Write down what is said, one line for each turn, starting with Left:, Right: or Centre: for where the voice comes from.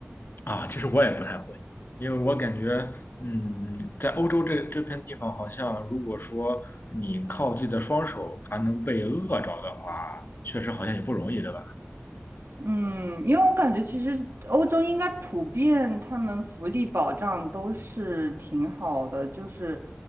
Left: 啊，其实我也不太会，因为我感觉，嗯，在欧洲这这片地方，好像如果说你靠自己的双手还能被饿着的话，确实好像也不容易，对吧？
Right: 嗯，因为我感觉其实欧洲应该普遍他们福利保障都是挺好的，就是